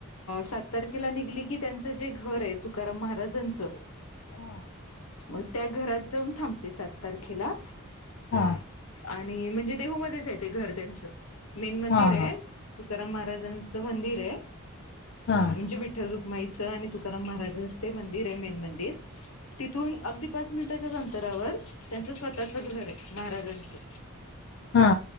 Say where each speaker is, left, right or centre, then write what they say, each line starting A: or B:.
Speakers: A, on the left; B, on the left.
A: सात तारखेला निघलो की त्यांचं जे घर आहे तुकाराम महाराजांचं,
B: हा
A: मग त्या घरात जाऊन थांबते सात तारखेला.
B: हा
A: आणि म्हणजे, देहूमध्येच आहे ते घर त्यांचं मेन मंदिर
B: हा
A: आहे. तुकाराम महाराजांचं मंदिर आहे,
B: हा
A: म्हणजे विठ्ठल रूक माईच आणि तुकाराम महाराजच ते मंदिर आहे मेन मंदिर तथून अगदी पाच मिनिटाच्याच अंतरावर त्यांचं स्वतःचं घर आहे, महाराजांचं
B: हा